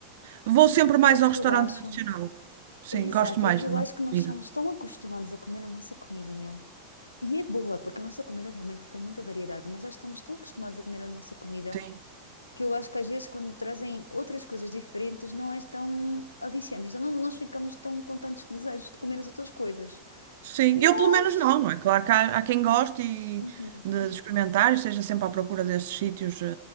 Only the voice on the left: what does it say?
É que
eu acho,
é exato,
é que
eu
acho que nós
somos tão acostumados a comer a nossa comidinha. E é boa, porque a nossa comida realmente tem muita variedade, mas nós estamos tão acostumados a comer a nossa comida
que eu acho que às vezes quando trazem outras coisas diferentes não é tão aliciante. Então não, nós ficamos tão com tantos desejos de comer as outras coisas.
Mas.
Uhum.